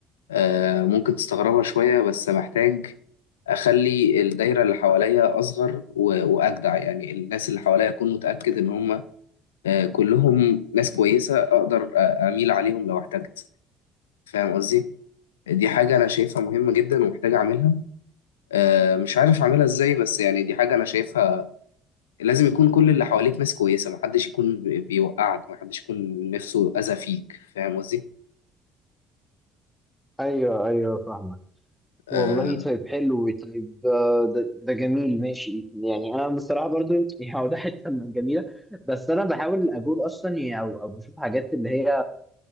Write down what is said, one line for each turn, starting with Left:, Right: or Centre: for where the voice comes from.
Left: آه، ممكن تستغربها شويه بس محتاج اخلي الدايره اللي حواليا اصغر و- واجدع يعني الناس اللي حواليا اكون متاكد ان هم آه، كلهم ناس كويسه اقدر آه، اميل عليهم لو احتجت فاهم قصدي دي حاجه انا شايفها مهمه جدا ومحتاج اعملها آه، مش عارف اعملها ازاي بس يعني دي حاجه انا شايفها لازم يكون كل اللي حواليك ناس كويسة محدش يكون بي- بيوقعك محدش يكون نفسه أذى فيك فاهم قصدي؟
Centre: ايوه ايوه فاهمك
Left: آه
Centre: والله طيب حلو طيب آه، ده, ده جميل ماشي يعني انا بصراحه برضو <laughs> يعني هو ده حته من جميله بس انا بحاول اقول اصلا يعني او او بشوف حاجات اللي هي